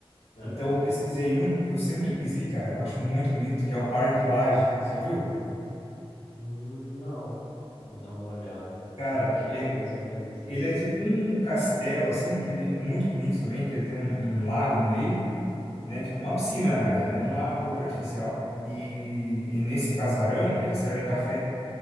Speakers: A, on the left; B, on the left.
A: Aham.
B: Então, eu pesquisei um que eu sempre quis ir, cara, que eu acho muito bonito, que é o Parque Lage. Você já viu?
A: Hum, Não, vou dar uma olhada.
B: Cara,
A: Como que é
B: é,
A: mais ou menos esse?
B: ele é tipo um castelo, assim, que ele, muito bonito também, que ele tem um um lago no meio. né? Tipo uma piscina, na verdade, né? Um lago artificial. E, e nesse casarão eles servem café.